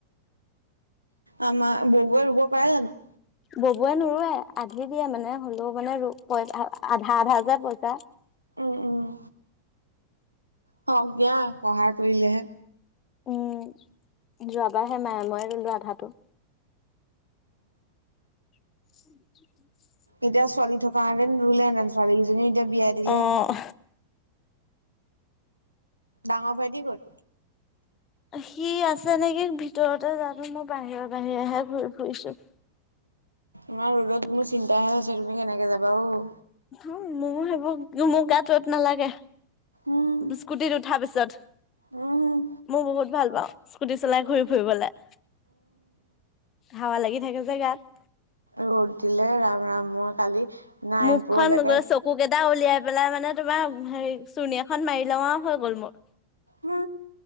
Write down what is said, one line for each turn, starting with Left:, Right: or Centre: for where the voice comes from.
Right: আমাৰ <unintelligible> ৰুব পাৰে জানো?
Left: ববৱে নোৰোৱে, আধি দিয়ে মানে হলেও মানে আধা-আধা যে পইচা
Right: উম, উম, হওক দিয়া সহায় কৰিলেহে?
Left: উম, যোৱাবাৰহে মায়ে মইয়ে ৰুলো আধাটো। <inaudible>
Right: এতিয়া, ছোৱালী থকাহেঁতেন ৰুলেহেঁতেন ছোৱালী কেইজনীয়ে এতিয়া বিয়া দিলে।
Left: অ',
Right: ডাঙৰ ভাইটি ক'ত?
Left: সি আছে নেকি ভিতৰতে যানো? মই বাহিৰৰ বাহিৰেহে ঘূৰি ফুৰিছো।
Right: ইমান ৰ'দত মোৰ চিন্তাহে হৈছে তুমি কেনেকে যাবা অ'?
Left: অ', মোৰ সেইবোৰ মোৰ গাত ৰ'দ নালাগে।
Right: উম,
Left: স্কুটিত উঠাৰ পিছত,
Right: উম,
Left: মোৰ বহুত ভাল পাওঁ। স্কুটি চলাই ঘূৰি ফুৰিবলৈ। হাৱা লাগি থাকে যে গাত।
Right: ৰ'দ দিলে ৰাম ৰাম মই কালি নাৰায়ণপুৰলৈকে
Left: মুখখন গৈ চকু কে পা উলিয়াই পেলাই মানে তোমাৰ হেৰি চুৰ্ণী এখন মাৰি লওঁ আৰু হৈ গ'ল মোৰ।
Right: হো।